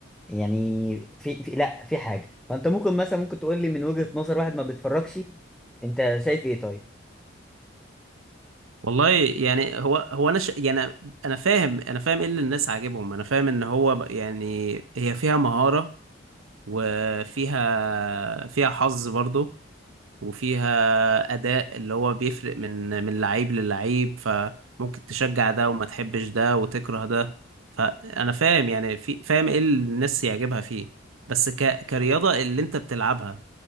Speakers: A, in the centre; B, on the right.
A: يعني في, في لا في حاجة فأنت ممكن مثلا ممكن تقول لي من وجهة نظر واحد ما بيتفرجش أنت شايف إيه طيب؟
B: والله يعني هو هو انا ش... يعني انا فاهم انا فاهم ايه اللي الناس عاجبهم انا فاهم ان هو يعني هي فيها مهارة وفيها فيها حظ برضو وفيها أداء اللي هو بيفرق من من لعيب للعيب فممكن تشجع ده وما تحبش ده وتكره ده فأنا فاهم يعني في فاهم إيه اللي الناس يعجبها فيه بس ك... كرياضة اللي أنت بتلعبها